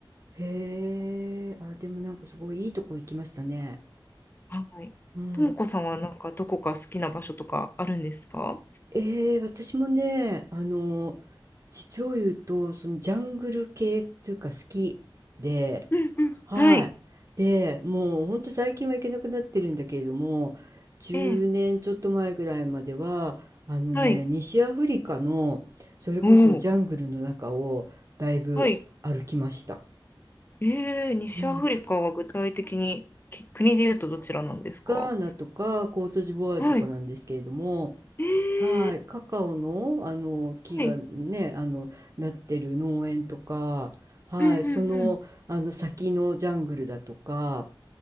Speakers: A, on the right (about 35°); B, on the left (about 25°).
A: へえ。あ、でもなんかすごいいいとこ行きましたね。
B: はい。
A: うん。
B: ともこさんはなんかどこか好きな場所とかあるんですか
A: ええ、私もね、あの、実を言うと、そのジャングル系っていうか好きで、
B: うんうん。
A: はい。
B: はい。
A: で、もうほんと最近は行けなくなってるんだけれども、10年ちょっと前ぐらいまでは、
B: ええ。
A: あのね、
B: はい。
A: 西アフリカの、それこそジャングルの中をだいぶ歩きました。
B: おお。はい。ええ、西アフリカは具体的にき国で言うとどちらなんですか
A: うん。ガーナとかコートジボワールとかなんですけれども、
B: はい。え
A: はい、
B: え。
A: カカオの、あの木がね、
B: はい。
A: あのなってる農園とか、はい、
B: うんうんうん。
A: その、あの先のジャングルだとか、